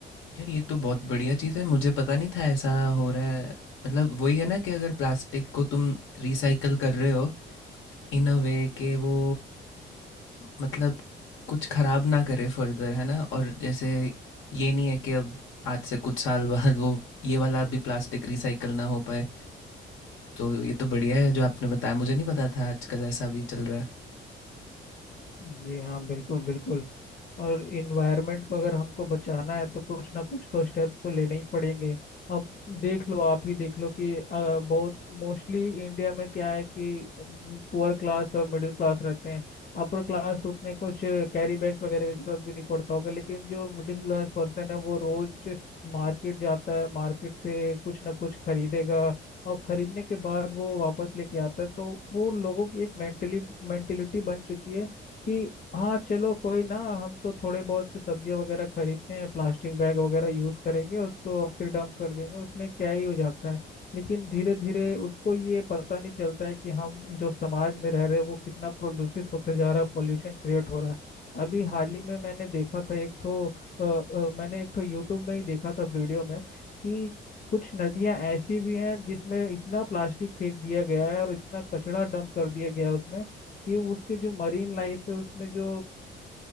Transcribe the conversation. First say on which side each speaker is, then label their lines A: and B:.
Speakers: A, on the left; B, on the left.
A: यार ये तो बहुत बढ़िया चीज़ है मुझे पता नहीं था ऐसा हो रहा है मतलब वही है ना कि अगर प्लास्टिक को तुम रिसाइकल कर रहे हो इन अ वे के वो मतलब कुछ खराब ना करे फर्दर है ना और जैसे ये नहीं है कि अब आज से कुछ साल बाद वो ये वाला भी प्लास्टिक रिसाइकल ना हो पाए तो ये तो बढ़िया है जो आपने बताया मुझे नहीं पता था आजकल ऐसा भी चल रहा है
B: जी हाँ बिल्कुल बिल्कुल और इन्वायरमेंट को अगर हमको बचाना है तो कुछ ना कुछ तो स्टेप्स तो लेने ही पड़ेंगे अब देख लो आप ही देख लो कि अ, बहुत मोस्टली इंडिया में क्या है कि पुअर क्लास और मिडिल क्लास रहते हैं अपर क्लास तो उतने कुछ कैरी बैग वगैरह की जरूरत भी नहीं पड़ता होगा लेकिन जो मिडिल क्लास पर्सन है वो रोज मार्केट जाता है मार्केट से कुछ ना कुछ खरीदेगा और खरीदने के बाद वो वापस लेके आता है तो वो लोगों की एक मेंटली मेंटेलिटी बन चुकी है कि हाँ चलो कोई ना हम तो थोड़े बहुत से सब्जियाँ वगैरह खरीदते हैं प्लास्टिक बैग वगैरह यूज़ करेंगे उसको और फिर डंप कर देंगे उसमें क्या ही हो जाता है लेकिन धीरे धीरे उसको ये पता नहीं चलता है कि हम जो समाज में रह रहे हैं वो कितना प्रदूषित होते जा रहा है पॉल्यूशन क्रिएट हो रहा है अभी हाल ही में मैंने देखा था एक ठो अ, अ, मैंने एक ठो यूट्यूब में ही देखा था वीडियो में कि कुछ नदियां ऐसी भी हैं जिसमें इतना प्लास्टिक फेंक दिया गया है और इतना कचरा डंप कर दिया गया है उसमें ये उसके जो मरीन लाइफ है उसमें जो